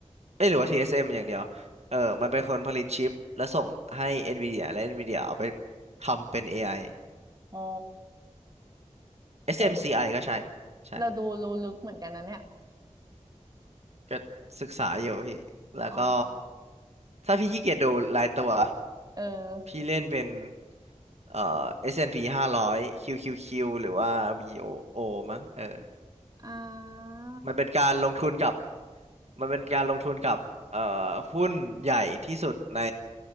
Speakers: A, on the right (about 60°); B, on the right (about 30°).
A: เอ้ยหรือว่า TSM อสเอ็มอย่างเดียวเออมันเป็นคนผลิตชิปและส่งให้ NVIDIA และ NVIDIA เอาไปทำเป็น AI
B: อ๋อ
A: SMCI
B: โอ้
A: ก็ใช่ใช่
B: เราดูรู้ลึกเหมือนกันนะเนี่ย
A: ก็ศึกษาอยู่พี่แล้วก็
B: อ๋อ
A: ถ้าพี่ขี้เกียจดูรายตัว
B: เออ
A: พี่เล่นเป็นเอ่อ S&P 500 QQQ หารอยคิวคิวคิวหรือว่าวีโอโอมั้งเออ
B: อ่า
A: มันเป็นการลงทุนกับมันเป็นการลงทุนกับเอ่อหุ้นใหญ่ที่สุดใน